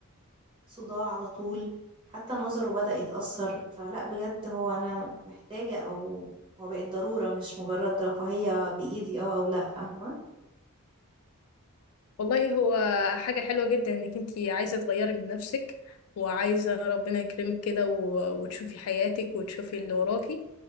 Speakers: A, on the right; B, on the left.
A: وصداع على طول حتى نظره بدأ يتأثر فلا بجد هو انا محتاجة او هو بقت ضرورة مش مجرد رفاهية بإيدي اه او لا فاهمة
B: والله هو حاجة حلوة جدا انك انتي عايزة تغيري من نفسك وعايزة ربنا يكرمك كده و- وتشوفي حياتك وتشوفي اللي وراكي